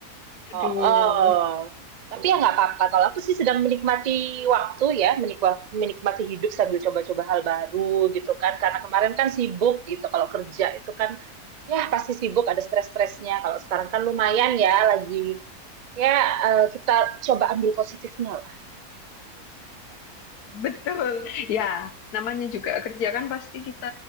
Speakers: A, on the left; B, on the right.
A: aduh,
B: oh oh. Tapi ya nggak apa-apa, kalau aku sih sedang menikmati waktu ya, menikwa menikmati hidup sambil coba-coba hal baru gitu kan, karena kemarin kan sibuk gitu, kalau kerja itu kan, ya pasti sibuk, ada stres-stresnya, kalau sekarang kan lumayan ya lagi ya, eee, kita coba ambil positifnya lah.
A: betul. Ya, namanya juga kerja kan pasti kita